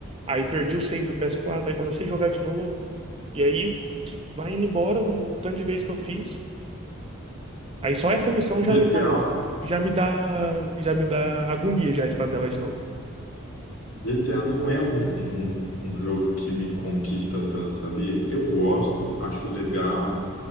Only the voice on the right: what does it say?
aí perdi o save do PS4, aí comecei a jogar de novo, e aí vai indo embora o, o tanto de vezes que eu fiz. Aí só essa
missão
já, me- já me dá, já me dá agonia já de fazer ela de novo.